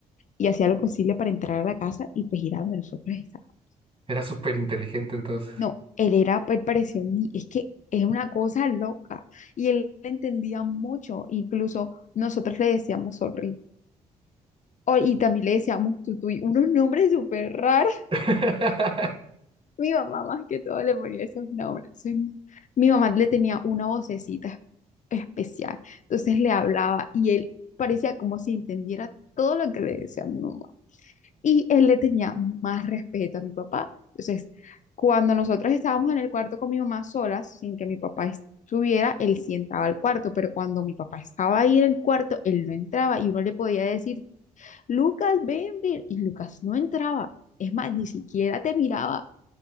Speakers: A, on the left (about 45°); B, on the right (about 30°).
A: y hacía lo posible para entrar a la casa y pues ir a donde nosotros estábamos.
B: Era súper inteligente entonces.
A: No, él era, él parecía un ni- es que es una cosa loca y él entendía mucho, incluso nosotros le decíamos sorry. o- Y también le decíamos tutu y unos nombres súper raros.
B: <laughs>
A: Mi mamá más que todo le ponía esos nombres. Entonces, mi, mi mamá le tenía una vocecita es- especial. Entonces le hablaba y él parecía como si entendiera todo lo que le decía a mi mamá. Y él le tenía más respeto a mi papá. Entonces, cuando nosotros estábamos en el cuarto con mi mamá solas, sin que mi papá estuviera, él sí entraba al cuarto, pero cuando mi papá estaba ahí en el cuarto, él no entraba y uno le podía decir, Lucas, ven, ven, y Lucas no entraba. Es más, ni siquiera te miraba